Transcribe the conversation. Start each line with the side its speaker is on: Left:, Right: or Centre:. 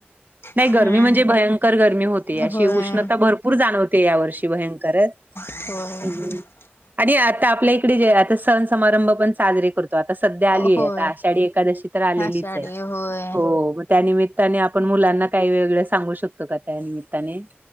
Right: नाही
Left: हम्म
Right: गरमी म्हणजे भयंकर गरमी होते अशी
Left: होय.
Right: उष्णता भरपूर जाणवते या वर्षी भयंकरच
Left: हो
Right: हम्म. आणि आता आपल्या इकडे जे आता सण समारंभ पण साजरे करतो आता सध्या
Left: होय
Right: आलीय आता आषाढी एकादशी तर आलेलीच
Left: आषाढी
Right: आहे
Left: होय.
Right: हो त्या नििमित्ताने आपण मुलांना काही वेगळ सांगू शकतो का त्या निमित्ताने